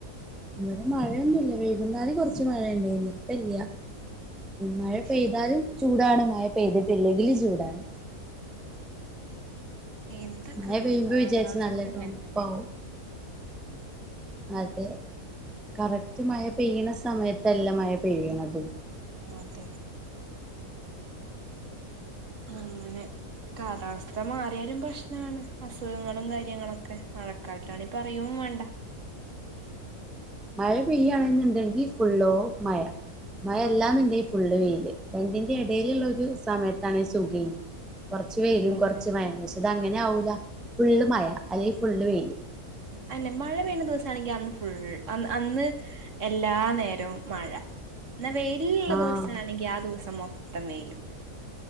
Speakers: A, in the centre; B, on the right.
A: ഇവിടെ മഴയൊന്നും ഇല്ല വൈകുന്നേരം കുറച്ച് മഴ ഇണ്ടേര്ന്നു ഇപ്പൊ ഇല്ല മഴ
B: അത്
A: പെയ്താലും
B: ശരി
A: ചൂടാണ് മയ പെയ്തിട്ടില്ലെങ്കിലും ചൂടാണ്
B: എന്ത് <unintelligible>
A: മഴ
B: കട്ടക്കാലാവസ്ഥ
A: പെയ്യുമ്പോ വിചാരിച്ച് നല്ല
B: ഇങ്ങൻ
A: തണുപ്പാവും
B: തെന്നെ
A: അതെ കറക്റ്റ് മയ പെയ്യണ സമയത്തല്ല മയ പെയ്യണതും
B: അതെ അങ്ങനെ കാലാവ സ്ഥ മാറിയാലും പ്രശ്നാണ് അസുഖങ്ങളും കാര്യങ്ങളൊക്കെ മഴക്കാലത്താണ് പറയുവേം വേണ്ട
A: മയ പെയ്യുകാണെന്നുണ്ടെങ്കിൽ ഫുള്ളോ മയ മയ ഇല്ലാന്നുണ്ടേൽ ഫുള്ള് വെയില് രണ്ടിന്റേയും ഇടയിലുള്ളൊരു സമയത്താണേൽ സുഖം ആയിന് കൊറച്ച് വെയിലും
B: അതെ
A: കൊറച്ച് മയേം പക്ഷെ ഇത് അങ്ങനെ ആകൂല ഫുള്ള് മയ അല്ലങ്കിൽ ഫുള്ള് വെയില്
B: അതന്നെ മഴ പെയ്യുന്ന ദിവസാണെങ്കിൽ അന്ന് ഫുൾ അന്ന് എല്ലാ നേരവും മഴ പിന്നെ വെയിലിൽ ഇള്ള
A: ആഹ്
B: ദിവസാണെങ്കി ആ ദിവസം മൊ ത്തം വെയിലും